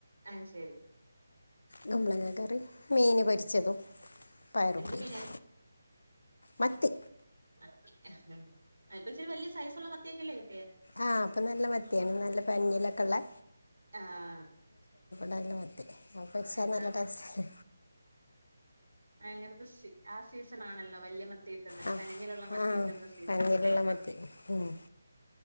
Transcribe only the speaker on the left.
കുമ്പളങ്ങ കറി മീൻ പൊരിച്ചതും പയറുപ്പേരിയും
മത്തി
ആഹ് അപ്പൊ നല്ല മത്തിയാണ് നല്ല പന്നിലൊക്കെ ഉള്ളെ
നല്ല മത്തി അത് പൊരിച്ച
നല്ല ടേസ്റ്റാ
ആ
ആ
പഞ്ഞിലുള്ള
മത്തി ഉം.